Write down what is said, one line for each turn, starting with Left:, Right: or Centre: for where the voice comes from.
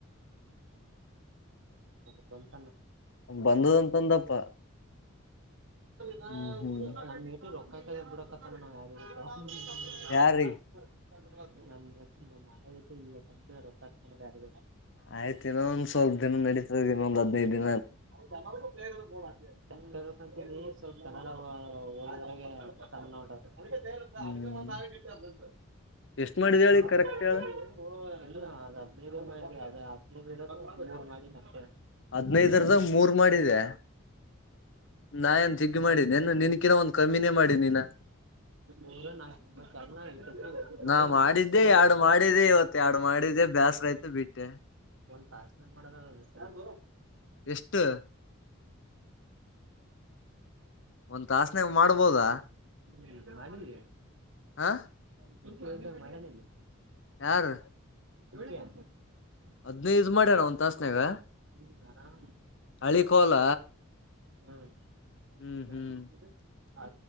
Right: ಸ್ವಂತ
Left: ಬಂದದಂತಂದಪ್ಪ
Right: ನಾ
Left: ಹ್ಮ್ ಹ್ಮ್
Right: <unintelligible> <unintelligible>
Left: ಯಾರಿ
Right: <unintelligible>
Left: ಆಯ್ತ್ ಇನ್ನೊಂದ್ ಸ್ವಲ್ಪ ದಿನ ನಡಿತದ್ ಇನ್ನೊಂದ್ ಹದ್ನೈದ್ ದಿನ್
Right: <unintelligible> <unintelligible>
Left: ಹ್ಮ್
Right: <unintelligible>
Left: ಎಷ್ಟ್ ಮಾಡಿದ ಹೇಳಿ ಕರೆಕ್ಟ್ ಹೇಳ
Right: ನೀವಿರೋದು ಮೂರ್ ಮಹಡಿ ಮತ್ತೆ.
Left: ಹದ್ನೈದರದಾಗ ಮೂರ್ ಮಾಡಿದೆ ನಾ ಏನ್ ಜಗ್ಗಿ ಮಾಡಿನಿ ಏನು ನಿನ್ಕಿನ ಒಂದ್ ಕಮ್ಮಿನೇ ಮಾಡಿನಿ ನಾ.
Right: ಮೂರು ನಾಲ್ಕು ಒಂಬತ್ತು ಅಲ್ಲ ಈ ಸರ್ತಿ ಬರೀ
Left: ನಾ
Right: ಒಂದು
Left: ಮಾಡಿದ್ದೆ
Right: ತಾಸನ್ನೇ ಮಾಡೋರು
Left: ಎರಡು
Right: ಅದು
Left: ಮಾಡಿದಿ ಇವತ್ತು ಎರಡು ಮಾಡಿದಿ ಬೇಸ್ರಾಯ್ತು ಬಿಟ್ಟೆ.
Right: ಒಂದ್ ತಾಸನ್ಯಾಗ
Left: ಎಷ್ಟು ಒಂದ್ ತಾಸನ್ಯಾಗ ಮಾಡ್ಬೋದಾ
Right: <unintelligible> <unintelligible> <unintelligible>
Left: ಹ
Right: ಪ್ರತಿಯೊಂದು ಮಾಡೇನಿಲ್ಲಿ.
Left: ಯಾರ್
Right: ತಗೋಳ್ತೀಯಾ.
Left: ಹದ್ನೈದ್ ಮಾಡ್ಯಾರ ಒಂದ್ ತಾಸನ್ಯಾಗ.
Right: ಹ್ಮ್ ಆರಾಮ
Left: ಹಳಿ ಕೋಲ
Right: ಹ್ಮ್
Left: ಹ್ಮ್
Right: ಯ <unintelligible>
Left: ಹ್ಮ್
Right: ಅ